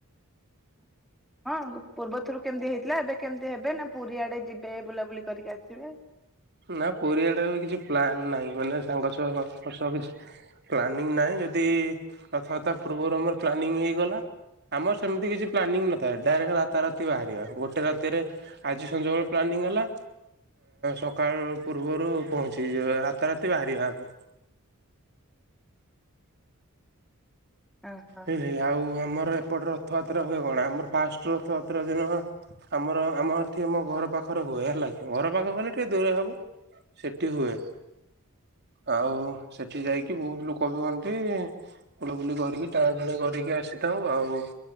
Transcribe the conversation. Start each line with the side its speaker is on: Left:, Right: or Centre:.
Centre: <inaudible> ହଁ ପୂର୍ବ ଥରୁ କେମିତି ହେଇଥିଲା, ଏବେ କେମିତି ହେବେ, ନା ପୁରୀ ଆଡେ ଯିବେ ବୁଲାବୁଲି କରିକି ଆସିବେ।
Right: ନା ପୁରିଆଡେ ଏବେ କିଛି ପ୍ଲାନ ନାହିଁ, ମାନେ ସାଙ୍ଗ ଛୁଆଙ୍କ ହସ କିଛି ପ୍ଲାନିଂ ନହିଁ ଯଦି ରଥଯାତ୍ରା ପୂର୍ବରୁ ଆମର ପ୍ଲାନିଂ ହେଇଗଲା। ଆମର ସେମିତି କିଛି ପ୍ଲାନିଂ ନଥାଏ ଡାଇରେକ୍ଟ ରାତାରାତି ବାହାରିବା, ଗୋଟେ ରାତିରେ ଆଜି ସଞ୍ଜ ବେଳେ ପ୍ଲାନିଂ ହେଲା ସକାଳ ପୂର୍ବରୁ ପହଞ୍ଚିଯିବା, ରାତାରାତି ବାହାରିବା ଆମେ।
Centre: ଓହୋ
Right: ହେଁ ହେଁ। ଆଉ ଆମର ଏପଟେ ରଥଯାତ୍ରା ହୁଏ କଣ ଆମର ଫାଷ୍ଟ ରଥଯାତ୍ରା ଦିନ ଆମର ଆମର ସେଠି ଆମ ଘର ପାଖରେ ହୁଏ ହେଲା କି, ଘର ପାଖ ଗଲେ ଟିକେ ଦୂରେ ହବ ସେଠି ହୁଏ। ଆଉ ସେଠି ଯାଇକି ବହୁତ ଲୋକ ବି ହୁଅନ୍ତି, ବୁଲାବୁଲି କରିକି ତା ଜଣ କରିକି ଆସିଥାଉ ଆଉ।